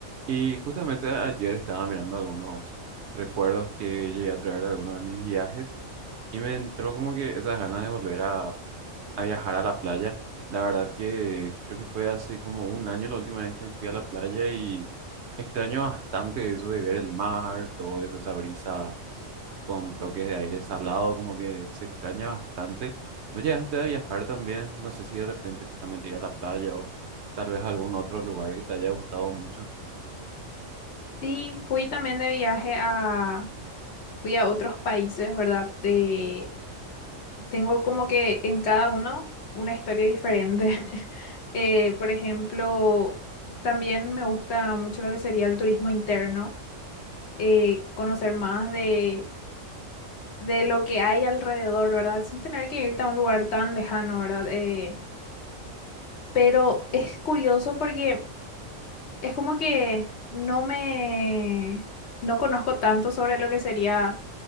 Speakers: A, on the right; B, on the left.
A: Y justamente ayer estaba mirando algunos recuerdos que llegué a traer de algunos de mis viajes y me entró como que esas ganas de volver a, a viajar a la playa. La verdad que creo que fue hace como un año la última vez que me fui a la playa y extraño bastante eso de ver el mar, todo eso, esa brisa con toques de aire salado, como que se extraña bastante. Oye, antes de viajar también, no sé si de repente justamente ir a la playa o tal vez algún otro lugar que te haya gustado mucho.
B: Sí, fui también de viaje a, fui a otros países, ¿verdad? De, tengo como que en cada uno una historia diferente. <laughs> Eh, por ejemplo, también me gusta mucho lo que sería el turismo interno, eh, conocer más de, de lo que hay alrededor, ¿verdad? Sin tener que irte a un lugar tan lejano, ¿verdad? Eh, pero es curioso porque... Es como que no me, no conozco tanto sobre lo que sería